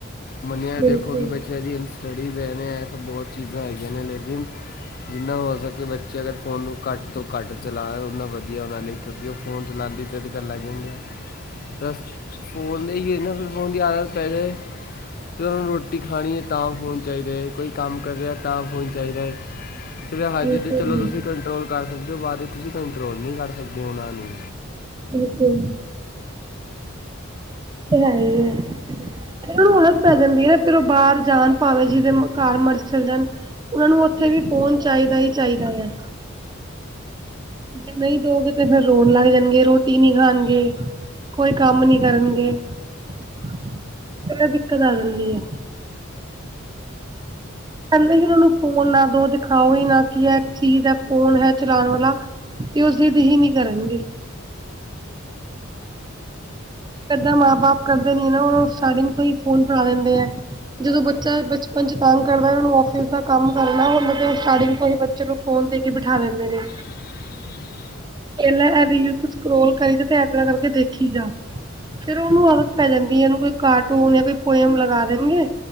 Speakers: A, on the left (about 45°); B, on the right (about 20°).
A: ਮੰਨਿਆ
B: ਬਿਲਕੁਲ
A: ਦੇਖੋ ਕਿ ਬੱਚਿਆਂ ਦੀ ਹੰਸ ਸਟੱਡੀਜ਼ ਇਹਨੇ ਇਹ ਸਭ ਬਹੁਤ ਚੀਜ਼ਾਂ ਹੈਗੀਆਂ ਨੇ ਲੇਕਿਨ ਜਿੰਨਾ ਹੋ ਸਕੇ ਬੱਚੇ ਅਗਰ ਫ਼ੋਨ ਨੂੰ ਘੱਟ ਤੋਂ ਘੱਟ ਚਲਾ ਉਨਾ ਵਧੀਆ ਉਹਨਾਂ ਲਈ ਕਿਉਂਕਿ ਉਹ ਫੋਨ ਚਲਾਣ ਦੀ ਜਿੰਦ ਕਰਨ ਲੱਗ ਜਾਂਦੇ ਆ ਫਸਟ, ਫੋਨ ਦੇਈਏ ਨਾ ਫਿਰ ਫੋਨ ਦੀ ਆਦਤ ਪੈ ਜੇ ਚਲੋ ਰੋਟੀ ਖਾਣੀ ਐ ਤਾਂ ਫੋਨ ਚਾਹੀਦਾ ਏ। ਕੋਈ ਕੰਮ ਕਰਿਆ ਤਾਂ ਫੋਨ ਚਾਹੀਦਾ ਏ। ਫਿਰ ਹਜੇ
B: ਬਿਲਕੁਲ
A: ਤਾਂ ਚਲੋ
B: ਜੀ
A: ਤੁਸੀਂ ਕੰਟਰੋਲ ਕਰ ਸਕਦੇ ਹੋ? ਬਾਅਦ ਤੁਸੀਂ ਕੰਟਰੋਲ ਨਹੀਂ ਕਰ ਸਕਦੇ ਉਹਨਾਂ ਨੂੰ।
B: ਬਿਲਕੁਲ ਉਹ ਤੇ ਹੈ ਹੀ ਆ। ਉਹਨੂੰ ਆਦਤ ਪੈ ਜਾਂਦੀ ਏ ਨਾ ਫਿਰ ਉਹ ਬਾਹਰ ਜਾਣ ਭਾਵੇਂ ਜਿਹਦੇ ਘਰ ਮਰਜ਼ੀ ਚੱਲ ਜਾਣ। ਉਹਨਾ ਨੂੰ ਉੱਥੇ ਵੀ ਫੋਨ ਚਾਹੀਦਾ ਹੀ ਚਾਹੀਦਾ ਆ। ਜੇ ਨਹੀਂ ਦੇਓਗੇ ਤੇ ਫਿਰ ਰੋਣ ਲੱਗ ਜਾਣਗੇ ਰੋਟੀ ਨਹੀਂ ਖਾਣਗੇ। ਕੋਈ ਕੰਮ ਨੀ ਕਰਨਗੇ। ਇਹ ਦਿੱਕਤ ਆ ਜਾਂਦੀ ਏ। ਪਹਿਲਾਂ ਹੀ ਉਹਨਾਂ ਨੂੰ ਫੋਨ ਨਾ ਦੋ ਦਿਖਾਓ ਹੀ ਨਾ ਕੀ ਹੈ ਚੀਜ਼ ਹੈ ਫੋਨ ਹੈ ਚਲਾਣ ਵਾਲਾ। ਤੇ ਉਹ ਜਿੱਦ ਹੀ ਨੀ ਕਰਨਗੇ। ਕਿੱਦਾਂ ਮਾਂ-ਬਾਪ ਕਰਦੇ ਨੀ ਹੈ ਨਾ ਉਹਨੂੰ ਸਟਾਰਟਿੰਗ ਤੋਂ ਹੀ ਫੋਨ ਫ ਦਿੰਦੇ ਆ। ਜਦੋਂ ਬੱਚਾ ਬਚਪਨ ਚ ਤੰਗ ਕਰਦਾ ਉਹਨੂੰ ਆਫਿਸ ਦਾ ਕੰਮ ਕਰਨਾ, ਉਹ ਸਟਾਰਟਿੰਗ ਤੋਂ ਹੀ ਬੱਚੇ ਨੂੰ ਫੋਨ ਦੇ ਕੇ ਬਿਠਾ ਦਿੰਦੇ ਨੇ।
A: <inaudible>
B: ਪਹਿਲਾਂ ਇਹ ਰੀਲ ਸਕੋਲ ਕਰੀ ਜਾ ਤੇ ਇਦਾਂ ਕਰਕੇ ਦੇਖੀ ਜਾ। ਫਿਰ ਉਹਨੂੰ ਆਦਤ ਪੈ ਜਾਂਦੀ ਏ। ਉਹਨੂੰ ਕੋਈ ਕਾਰਟੂਨ ਜਾਂ ਕੋਈ ਪੋਇਮ ਲਗਾ ਦੇਣਗੇ।